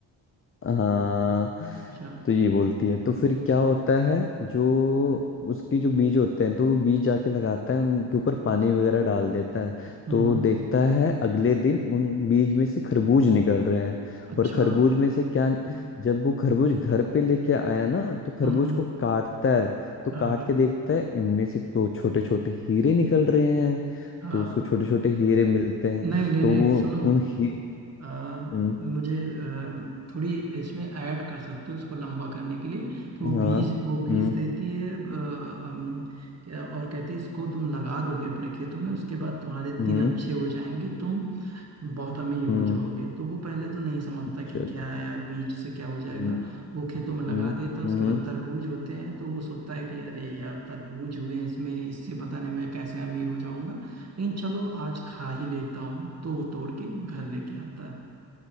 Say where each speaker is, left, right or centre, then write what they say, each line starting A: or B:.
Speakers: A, on the left (about 30°); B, on the right (about 35°).
A: हाँ
B: अच्छा
A: तो ये बोलती है तो फिर क्या होता है जो उसकी जो बीज होते हैं तो वो बीज जाके लगाता है उनके ऊपर पानी वगैरह डाल देता है
B: हम्म
A: तो
B: हम्म,
A: देखता है अगले दिन उन बीज में से खरबूज निकल रहे हैं
B: अच्छा
A: और खरबूज में से क्या जब वो खरबूज घर पे लेके आया ना तो खरबूज
B: हम्म हम्म
A: को काटता है तो काट
B: हाँ हाँ
A: के देखता है इनमें से तो छोटे छोटे हीरे निकल रहे हैं
B: हाँ
A: तो उसको छोटे छोटे हीरे मिलते हैं
B: नहीं नहीं
A: तो
B: नहीं
A: वो
B: सुनो
A: उन ही
B: अ,
A: हम्म
B: मुझे अ, थोड़ी इसमें ऐड कर सकते हो उसको लंबा करने के लिए कि वो
A: हाँ
B: बीज वो बीज
A: हम्म
B: देती है अ, अम, क्या और कहती है इसको तुम लगा दोगे अपने खेतों में उसके बाद तुम्हारे दिन
A: हम्म
B: अच्छे हो जाएंगे तुम बहुत अमीर
A: हम्म
B: हो जाओगे तो वो पहले तो नहीं समझता कि
A: चलो
B: क्या यार बीज से क्या हो जाएगा
A: हम्म
B: वो खेतों में लगा
A: हम्म
B: देता है उसके
A: हम्म,
B: बाद तरबूज होते हैं तो वो सोचता है कि अरे यार तरबूज हुए हैं इसमें इससे पता नहीं मैं कैसे अमीर हो जाऊंगा लेकिन चलो आज खा ही लेता हूँ तो वो तोड़ के घर लेके आता है